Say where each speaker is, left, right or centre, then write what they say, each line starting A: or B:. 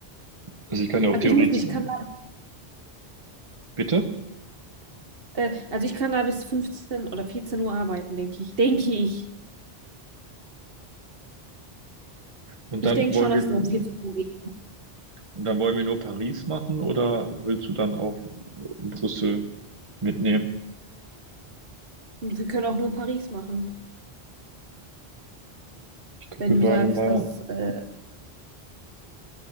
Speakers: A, on the right (about 30°); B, on the right (about 65°).
A: Also ich kann ja auch
B: Also
A: theoretisch,
B: ich muss nicht, ich kann
A: bitte.
B: da, äh, also ich kann da bis 15 oder 14 Uhr arbeiten, denke ich. Denke ich.
A: Und
B: Ich
A: dann
B: denke
A: wollen
B: schon, dass
A: wir, und
B: ich so um 14 Uhr gehe.
A: dann wollen wir nur Paris machen oder willst du dann auch Brüssel mitnehmen?
B: Und wir können auch nur Paris machen,
A: Ich gucke
B: wenn du
A: gerade
B: sagst,
A: mal,
B: dass, äh,